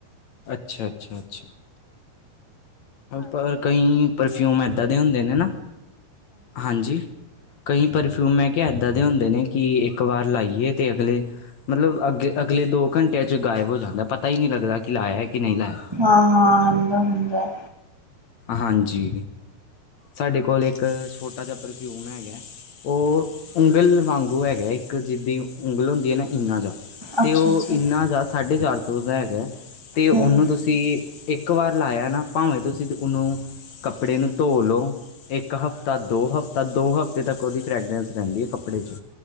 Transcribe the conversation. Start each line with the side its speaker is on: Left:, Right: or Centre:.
Left: ਅੱਛਾ ਅੱਛਾ ਅੱਛਾ ਪਰ ਕਈ ਪਰਫਿਊਮ ਏਦਾਂ ਦੇ ਹੁੰਦੇ ਨੇ ਨਾ ਹਾਂਜੀ ਕਈ ਪਰਫਿਊਮ ਹੈ ਕਿਹਾ ਇੱਦਾਂ ਦੇ ਹੁੰਦੇ ਨੇ ਕਿ ਇੱਕ ਵਾਰ ਲਾਈਏ ਅਤੇ ਅਗਲੇ ਮਤਲਬ ਅੱਗੇ ਅਗਲੇ ਦੋ ਘੰਟਿਆਂ 'ਚ ਗਾਇਬ ਹੋ ਜਾਂਦਾ ਪਤਾ ਹੀ ਨਹੀਂ ਲੱਗਦਾ ਕਿ ਲਾਇਆ ਕਿ ਨਹੀਂ ਲਾਇਆ
Right: ਹਾਂ ਹਾਂ ਹੁੰਦਾ
Left: ਹਾਂਜੀ ਸਾਡੇ ਕੋਲ ਇੱਕ ਛੋਟਾ ਜਿਹਾ ਪਰਫਿਊਮ ਹੈਗਾ ਉਹ ਉਂਗਲ ਵਾਂਗੂ ਹੈਗਾ ਇੱਕ ਜਿਦੀ ਉਂਗਲ ਹੁੰ ਦੀ ਹੈ ਨਾ ਇੰਨਾ ਜ਼ਿਆ ਅਤੇ
Right: ਅੱਛਾ
Left: ਉਹ
Right: ਅੱਛਾ
Left: ਇੰਨਾ ਜ਼ਿਆਦਾ ਸਾਢੇ ਚਾਰ ਸੌ ਦਾ ਹੈਗਾ ਤੇ ਉਹਨੂੰ
Right: ਹੂੰ
Left: ਤੁਸੀਂ ਤੁਸੀਂ ਇੱਕ ਵਾਰ ਲਾਇਆ ਨਾ ਭਾਵੇਂ ਤੁਸੀਂ ਉਹਨੂੰ ਕੱਪੜੇ ਨੂੰ ਧੋ ਲਉ ਇੱਕ ਹਫਤਾ ਦੋ ਹਫਤਾ ਦੋ ਹਫਤੇ ਤੱਕ ਉਹਦੀ ਫਰੈਗਰੈਂਸ ਰਹਿੰਦੀ ਹੈ ਕੱਪੜੇ 'ਚ